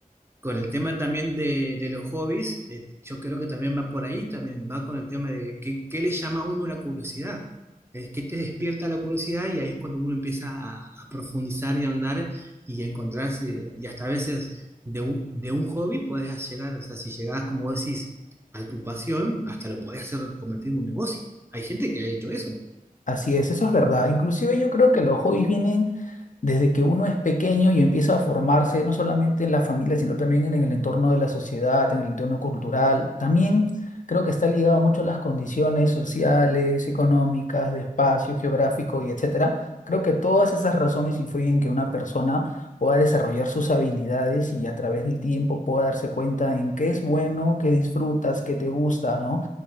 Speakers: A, on the right; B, on the left.
A: con el tema también de, de los hobbies, eh, yo creo que también va por ahí, también va con el tema de qué, qué le llama a uno la curiosidad, es qué te despierta la curiosidad y ahí es cuando uno empieza a, a profundizar y a ahondar y a encontrarse, y hasta a veces de un, de un hobby podés llegar, o sea, si llegás, como decís, a tu pasión, hasta lo podés hacer convertir en un negocio. Hay gente que ha hecho eso.
B: Así es, eso es verdad. Inclusive yo creo que los hobbies vienen desde que uno es pequeño y empieza a formarse, no solamente en la familia, sino también en el entorno de la sociedad, en el entorno cultural. También creo que está ligado mucho a las condiciones sociales, económicas, de espacio geográfico y etcétera. Creo que todas esas razones influyen en que una persona pueda desarrollar sus habilidades y a través del tiempo pueda darse cuenta en qué es bueno, qué disfrutas, qué te gusta, ¿no?